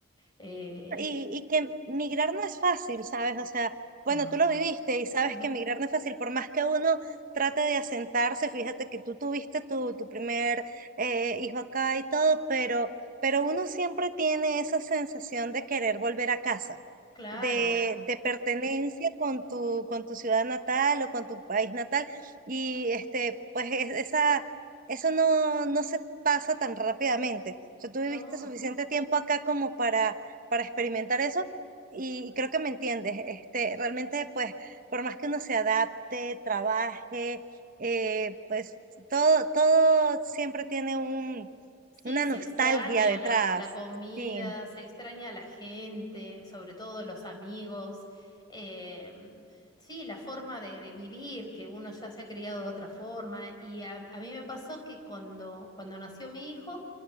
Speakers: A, on the left (about 20°); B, on the right (about 40°).
A: eh,
B: y,
A: ec-
B: y que migrar no es fácil, ¿sabes? O sea, bueno,
A: no.
B: tú lo viviste y sabes
A: Ujú.
B: que migrar no es fácil, por más que uno trate de asentarse, fíjate que tú tuviste tu, tu primer eh, hijo acá y todo, pero, pero uno siempre tiene esa sensación de querer volver a casa
A: Claro,
B: de, de pertenencia con tu, con tu ciudad natal o con tu país natal. Y este, pues es- esa, eso no, no se pasa tan rápidamente. O sea, tú viviste
A: no.
B: suficiente tiempo acá como para, para experimentar eso. Y, y creo que me entiendes. Este, realmente, pues, por más que uno se adapte, trabaje, eh, pues todo, todo siempre tiene un,
A: Sí,
B: una
A: se
B: nostalgia
A: extraña
B: detrás.
A: la, la comida,
B: Sí,
A: se extraña a la gente, sobre todo los amigos. em, sí, la forma de, de vivir, que uno ya se ha criado de otra forma. Y a, a mí me pasó que cuando, cuando nació mi hijo,